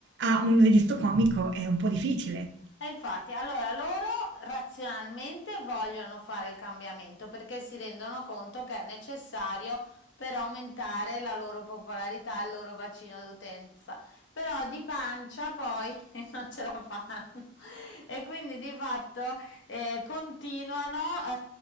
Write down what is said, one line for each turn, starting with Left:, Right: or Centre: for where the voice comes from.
Right: A un registro comico è un po' difficile.
Left: E infatti, allora loro razionalmente vogliono fare il cambiamento perché si rendono conto che è necessario per aumentare la loro popolarità e il loro bacino d'utenza. Però di pancia poi <laughs> non ce la fanno e quindi di fatto eh, continuano eh,